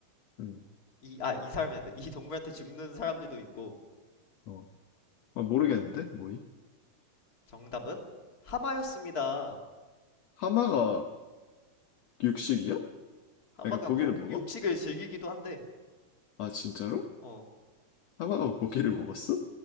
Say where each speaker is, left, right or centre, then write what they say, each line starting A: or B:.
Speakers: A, on the left; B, on the left.
A: 응.
B: 이 아 이 사람이 한다. 이 동물한테 죽는 사람들도 있고
A: 어. 아, 모르겠는데 뭐임?
B: 정답은 하마였습니다.
A: 하마가 육식이야?
B: 하마가
A: 그러니까 고기를
B: 고
A: 먹어?
B: 육식을 즐기기도 한데.
A: 아 진짜로?
B: 어.
A: 하마가 고기를 먹었어?